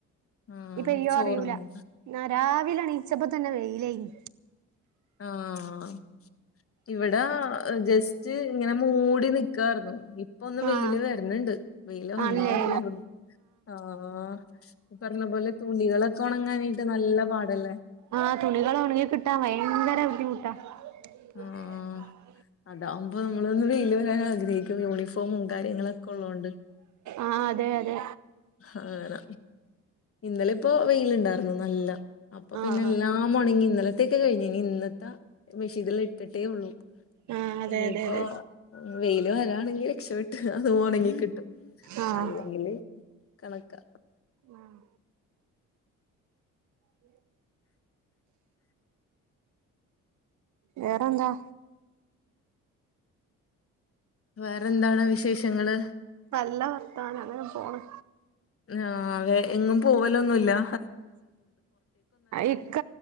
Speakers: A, on the left; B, on the right.
A: ഉം
B: ഇനി പെയ്യോ
A: ചോർന്ന്
B: അറിയൂല ന്നാ രാവിലെ ണീച്ചപ്പോ തന്നെ വെയിലേനി
A: ആഹ് ഇവിടാ ജസ്റ്റ് ഇങ്ങന മൂടി നിക്കാർന്നു ഇപ്പോ ഒന്ന് വെയില്
B: ആഹ്
A: വര്ണ് ണ്ട് വെയില് വന്നാ
B: ആണല്ലേ
A: മതിയായിരുന്നു ആഹ് ആഹ് ഈ പറഞ്ഞ പോലെ തുണികളൊക്കെ ഉണങ്ങാനായിട്ട് നല്ല പാടല്ലേ
B: ആഹ് തുണികള് ഒണങ്ങി കിട്ടാൻ ഭയങ്കര ബുദ്ധിമുട്ടാ <unintelligible>
A: ആഹ് അതാവുമ്പോ നമ്മളൊന്ന് വെയില് വരാൻ ആഗ്രഹിക്കും യൂണിഫോമും കാര്യങ്ങളൊക്കെ ഉള്ളോണ്ട്
B: ആഹ് അതെ അതെ
A: അങ്ങന ഇന്നലെ ഇപ്പോ വെയില് ഇണ്ടായിരുന്നു നല്ല അപ്പൊ
B: ആഹ്
A: പിന്നെ എല്ലാം മോണങ്ങി ഇന്നലത്തൊക്കെ കഴിഞ്ഞ് ഇനി ഇന്നത്ത മിഷ്യയത്തില് ഇ ഇട്ട്ട്ടേ ഉള്ളൂ
B: ആഹ് അതെ
A: ഇനിയിപ്പോ
B: അതെ അതെ
A: വെയില് വരാണെങ്കി രക്ഷപെട്ടു അത് ഒണങ്ങികിട്ടും
B: ആഹ്
A: അല്ലെങ്കില് കണക്കാ
B: ആഹ് ഉ <unintelligible> വേറെന്താ
A: വേറെന്താണ് വിശേഷങ്ങള്
B: നല്ല വർത്താനം അങ്ങനെ പോണ്
A: ആഹ് അതെ എങ്ങും പോവലോന്നുല്ലാ
B: ഇക്ക